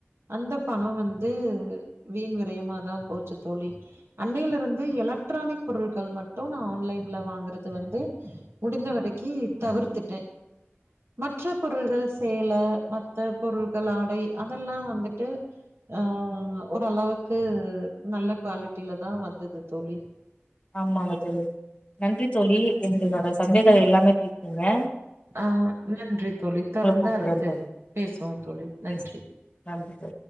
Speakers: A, on the right; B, on the left.
A: அந்த பணம் வந்து வீண் விரயமாதான் போச்சு தோழி அன்னையில இருந்து எலக்ட்ரானிக் பொருட்கள் மட்டும் நான் ஆன்லைன்ல வாங்கறது வந்து முடிந்தவரைக்கு தவிர்த்துட்டேன் மற்ற பொருள்கள் சேல மற்ற பொருள்கள் ஆடை அதெல்லாம் வந்துட்டு அஹ் ஓரளவுக்கு நல்ல குவாலிட்டில தான் வந்தது தோழி
B: ஆமாங்க தோழி நன்றி தோழி என் என்னோட சந்தேகத்தை எல்லாமே தீர்த்திங்க
A: ஆஹ் நன்றி தோழி தொடர்ந்து
B: கூப்பிடுறே
A: அடுத்து
B: தோழி
A: பேசுவோம் தொழில் நன்றி
B: பேச நன்றி தோழி